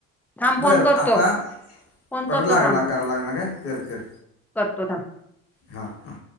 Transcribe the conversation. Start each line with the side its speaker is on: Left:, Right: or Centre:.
Centre: थांब फोन
Left: बरं
Centre: करतो
Left: आता,
Centre: फोन करतो
Left: परत लागला
Centre: थांब
Left: का? कॉल लागणा कां? कर, कर.
Centre: करतो थांब.
Left: हां हां.